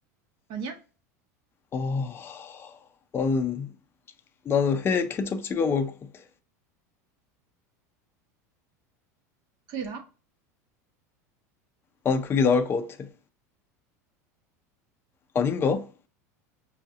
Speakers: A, on the right; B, on the left.
A: 아니야?
B: 아, 나는 나는 회에 케첩 찍어 먹을 것 같아.
A: 그게 나?
B: 난 그게 나을 것 같아. 아닌가?